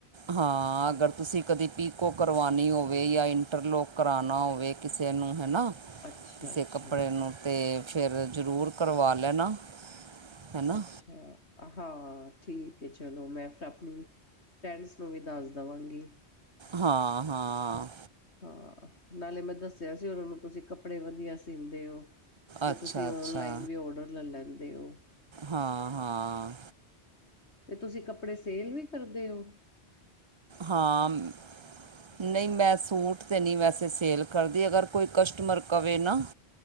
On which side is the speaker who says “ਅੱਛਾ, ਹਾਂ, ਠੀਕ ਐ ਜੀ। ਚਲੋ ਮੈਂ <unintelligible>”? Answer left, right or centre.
Left